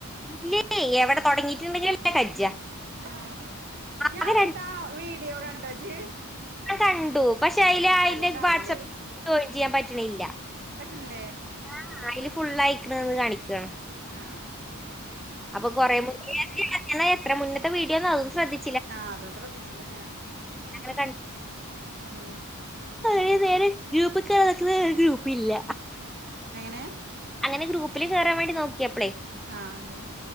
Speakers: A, in the centre; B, on the right.
A: ഇല്ലേ എവടെ തൊടങ്ങിയിട്ട് ഇണ്ടെങ്കില് അല്ലേ കജ്ജ.
B: ഉം ഞാൻ
A: അത്
B: വിട്ടാ വീഡിയോ കണ്ടോ ഇജ്
A: ആഹ് കണ്ടു പക്ഷെ അയില് അയിന്റെ
B: എന്താവലേ
A: വാട്സപ്പിൽ ജോയിൻ ചെയ്യാൻ പറ്റ്ണില്ല
B: പറ്റ്ണില്ലേ
A: ആഹ് അയ്ല് ഫുളളയ്ക്ക്ണ്ന്ന് കാണിക്കാണ്
B: ആഹ്
A: അപ്പൊ കൊറേ മു എ എത്ര മുന്നറ്റത്തെ വീഡിയോന്ന് അത് ശ്രദ്ധി
B: ആഹ് അത് ശ്രദ്ധിച്ചില്ല ഞാന് ശ്രദ്ധിച്ചില്ല
A: അങ്ങനെ
B: ഉം
A: കൊറേ നേരം ഗ്രൂപ്പ് <unintelligible> ഗ്രൂപ്പില്ല
B: എങ്ങനെ?
A: അങ്ങനെ ഗ്രൂപ്പ്ല് കേറാൻ വേണ്ടി നോക്കിയപ്പളെ
B: ആഹ്